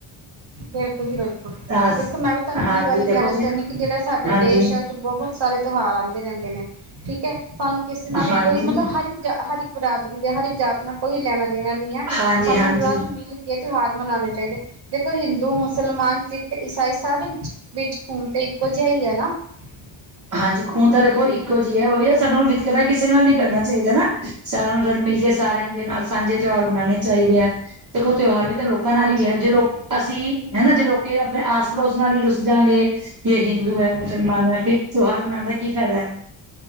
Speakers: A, on the right; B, on the right.
A: ਬਿਲਕੁਲ ਜੀ ਬਿਲਕੁਲ,
B: ਤਾਂ
A: ਦੇਖੋ ਮੈਂ ਵੀ ਤੁਹਾਨੂੰ ਉਹੀ
B: ਹਾਂਜੀ
A: ਗੱਲ
B: ਦੇਖੋ
A: ਕਹਿਣਾ
B: ਅਸੀਂ
A: ਚਾਹੁੰਦੀ, ਕਿ ਜਿਹੜਾ ਸਾਡੇ
B: ਹਾਂਜੀ
A: ਦੇਸ਼ ਆ ਬਹੁਤ ਸਾਰੇ ਤਿਉਹਾਰ ਆਉਂਦੇ ਰਹਿੰਦੇ ਨੇ, ਠੀਕ ਹੈ, ਤੁਹਾਨੂੰ ਕਿਸੇ ਨਾਲ ਵੀ
B: ਹਾਂਜੀ
A: ਕੋਈ
B: ਹਾਂਜੀ
A: ਮਤਲਬ ਹਰ ਹਰ ਇੱਕ ਬਰਾਦਰੀ ਦੇ ਹਰ ਇੱਕ ਜਾਤ ਨਾਲ ਕੋਈ ਲੈਣਾ ਦੇਣਾ ਨੀ ਹੈ,
B: ਹਾਂਜੀ
A: ਸਾਨੂੰ
B: ਹਾਂਜੀ
A: ਰਲ ਮਿਲ ਇਹ ਤਿਉਹਾਰ ਮਨਾਉਣੇ ਚਾਹੀਦੇ ਦੇਖੋ ਹਿੰਦੂ ਮੁਸਲਮਾਨ ਸਿੱਖ ਈਸਾਈ, ਸਾਰੇ ਵਿੱਚ ਖੂਨ ਤੇ ਇੱਕੋ ਜਿਹਾ ਹੀ ਹੈ ਨਾ <inaudible>
B: ਹਾਂਜੀ ਖੂਨ ਤਾਂ ਦੇਖੋ ਇੱਕੋ ਜੇਯਾ ਹੀ ਹੈ, ਉਹੀ ਹੈ ਸਾਡੇ ਵਿਤਕਰਾ ਕਿਸੇ ਨਾਲ ਨਹੀਂ ਕਰਨਾ ਚਾਹੀਦਾ ਨਾ ਸਾਰਿਆਂ ਨੂੰ ਰਲ ਮਿਲ ਕੇ ਸਾਰਿਆਂ ਦੇ ਨਾਲ ਸਾਂਝੇ ਤਿਉਹਾਰ ਮਨਾਉਣੇ ਚਾਹੀਦੇ ਐ, ਦੇਖੋ ਤਿਉਹਾਰ ਵੀ ਤਾਂ ਲੋਕ ਲੋਕਾਂ ਨਾਲ
A: ਹਾਂਜੀ
B: ਈ ਹੈ, ਜੇ ਲੋਕ ਅਸੀਂ ਹੈਨਾ ਜੇ ਲੋਕ ਆਪਣੇ ਆਸ ਪੜੋਸ ਨਾਲ ਹੀ ਰੁੱਸ ਜਾਂਗੇ ਕਿ ਇਹ ਹਿੰਦੂ ਹੈ ਮੁਸਲਮਾਨ ਹੈ ਫਿਰ ਤਿਓਹਾਰ ਮਨਾਣ ਦਾ ਕੀ ਫਾਇਦਾ ਐ